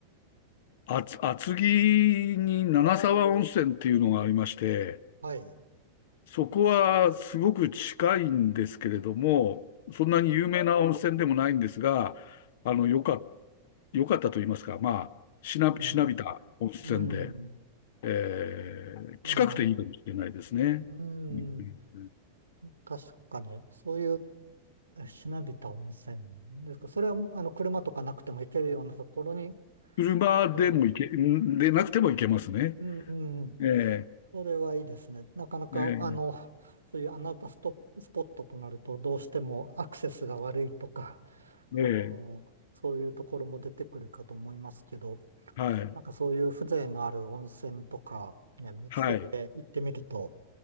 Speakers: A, on the left; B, on the right.
A: 厚、厚木に七沢温泉っていうのがありまして、
B: はい。
A: そこはすごく近いんですけれども、そんなに有名な温泉でもないんですが、あの、よか、よかったと言いますか、まあ、しな、
B: うん、
A: しなびた温泉で、
B: うん、
A: えー近くていいかもしれないですね。
B: ええうん、
A: うん
B: 確かに、そういうえしなびた温泉ですか。それは、あの、車とかなくても行けるようなところに、
A: 車でも行け、
B: これね、
A: んでなくても行けますね。
B: うん、うん
A: ええ
B: それはいいですね。なかなか、
A: え
B: あの、<laughs> そういう穴場ストップ、スポットとなると、どうしてもアクセスが悪いとか、あの、
A: えええ
B: そういうところも出てくるかと思いますけど、
A: はい、
B: なんかそういう風情のある温泉とか、ね、見つけて行ってみると、
A: はい、